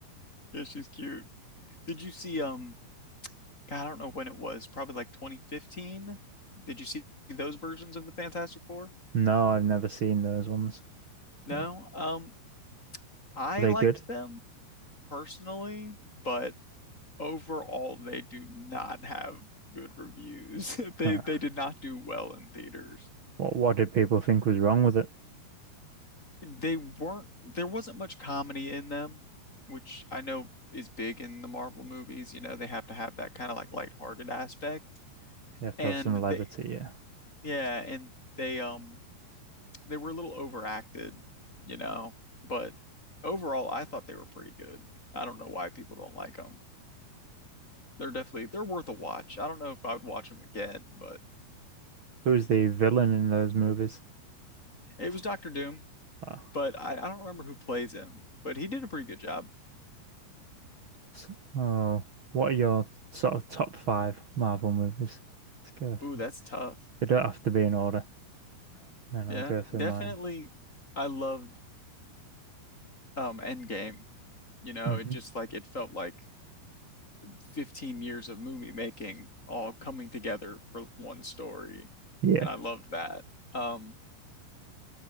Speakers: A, on the left; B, on the right.
A: yeah, she's cute. Did you see um God, I don't know when it was, probably like 2015. Did you see those versions of the Fantastic Four?
B: No, I've never seen those ones.
A: No.
B: So, are
A: Um, I
B: they
A: liked
B: good?
A: them personally, but overall they do not have good reviews. <laughs> They
B: Uh,
A: they did not do well in theaters.
B: what what did people think was wrong with it?
A: They weren't there wasn't much comedy in them, which I know is big in the Marvel movies, you know, they have to have that kind of like lighthearted aspect.
B: You have
A: And
B: to have some
A: they
B: levity, yeah.
A: yeah, and they um they were a little overacted, you know, but overall, I thought they were pretty good. I don't know why people don't like them. They're definitely they're worth a watch. I don't know if I would watch them again, but
B: Who's the villain in those movies?
A: it was Doctor Doom.
B: Oh,
A: But I, I don't remember who plays him, but he did a pretty good job.
B: s- oh, what are your sort of top five Marvel movies? Let's go. Through.
A: Ooh, that's tough.
B: They don't have to be in order, and
A: Yeah,
B: I'll go through
A: definitely.
B: mine.
A: I loved um Endgame. You know,
B: Mhm.
A: it just like it felt like 15 years of movie making all coming together for one story,
B: Yeah.
A: and I loved that. Um,